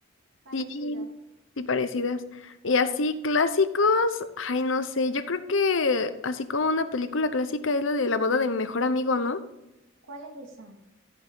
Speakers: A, on the right (about 80°); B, on the left (about 75°).
A: parecidas.
B: sí, sí, parecidas. Y así clásicos, ay, no sé, yo creo que así como una película clásica es la de la boda de mi mejor amigo, ¿no?
A: ¿Cuál es esa?